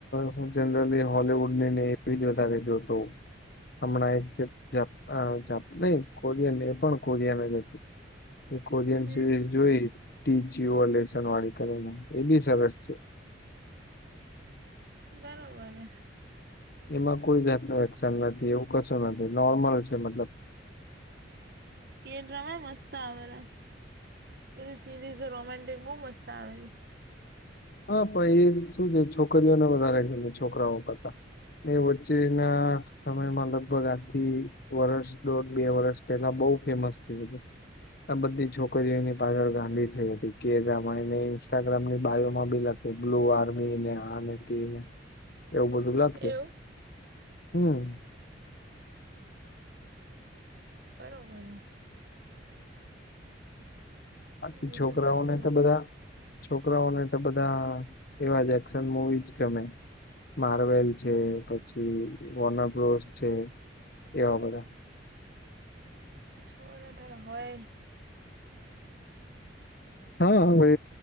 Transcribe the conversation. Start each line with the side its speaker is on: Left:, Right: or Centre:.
Left: હું જનરલી હોલવુડ નેને એવી જ વધારે જોતો હોઉં. હમણાં એક જે જા અ જા જાપ નહી કોરિયન એ પણ કોરિયાને જ હતી. એક કોરિયન
Right: હમ
Left: સિરીઝ જોઈ, ટીજીયો લેસનવાળી કરીને એ બી સરસ છે.
Right: બરોબર એ.
Left: એમાં કોઈ જાતનું એક્શન નથી એવું કશું નથી નોર્મલ છે મતલબ.
Right: કેદ્રમાં મસ્ત આવે છે. બધી સીરીઝો રોમેન્ટિક બઉ મસ્ત આવે છે.
Left: હા પણ એ શું છે છોકરીઓને વધારે ગમે છોકરાઓ કરતા. એ વચ્ચેના સમયમાં લગભગ આજથી વર્ષ દોઢ બે વર્ષ પહેલા બઉ ફેમસ થયું બધું. આ બધી છોકરીઓ એની પાછળ ગાંડી થઈ હતી કે રામાની ને ઇન્સ્ટાગ્રામની બાયો માં બી લખે, બ્લુ આર્મી ને આ ને, તે ને એવું બધું લખે.
Right: એવું
Left: હમ.
Right: બરોબર.
Left: બાકી
Right: બીજું
Left: છોકરાઓને
Right: શું કેવું
Left: તો બધા છોકરાઓને તો બધા એવા જ એક્શન મુવી જ ગમે. માર્વેલ છે, પછી વોનપ્રોસ છે એવા બધા.
Right: થોડાં ઘણા હોય
Left: હા હવે,